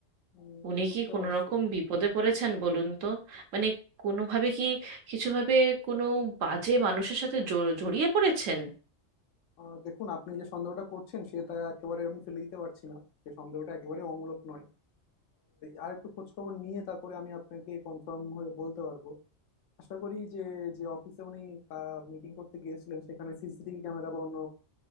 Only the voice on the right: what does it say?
উনি
কি কোনো
রকম বিপদে পড়েছেন বলুন তো মানে কোনোভাবে কি কিছুভাবে কোনো বাজে মানুষের সাথে জ- জড়িয়ে পড়েছেন